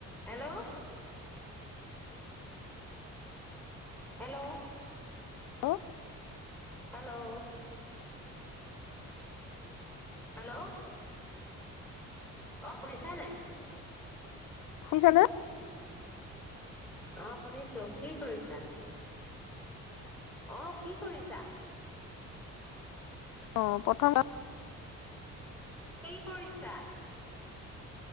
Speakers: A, in the centre; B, on the left.
A: Hello, hello,
B: hello
A: hello? Hello, ' অ, শুনিছা নাই?
B: শুইছানে?
A: অ', শুনিছো কি কৰিছা? অ, কি কৰিছা?
B: অ প্ৰথম
A: কি কৰিছা?